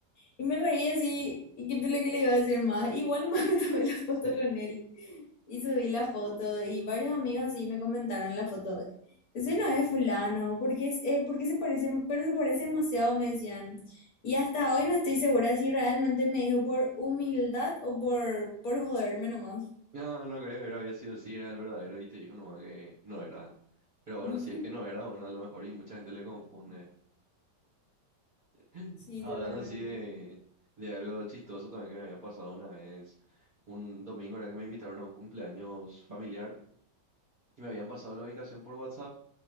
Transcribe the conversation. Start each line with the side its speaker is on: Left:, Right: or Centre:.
Left: Y me reí así, y qué pele que le iba a decir más. Igual más <laughs> me tomé la foto
Right: <laughs>
Left: con él y subí la foto y varios amigos así me comentaron la foto. de, Ese no es fulano, porque es, eh, ¿por qué se parece? Pero se parece demasiado, me decían. Y hasta hoy no estoy segura si realmente me dijo por humildad o por, por joderme nomás.
Right: No, no crees, pero había sido sí era el verdadero y te dijo nomás que no era. Pero bueno,
Left: <laughs>
Right: si es que no era, bueno, a lo mejor y mucha gente le confunde. <laughs>
Left: Sí,
Right: Hablando
Left: totalmente.
Right: así de, de algo chistoso también que me había pasado una vez, un domingo era que me invitaron a un cumpleaños familiar y me habían pasado la ubicación por WhatsApp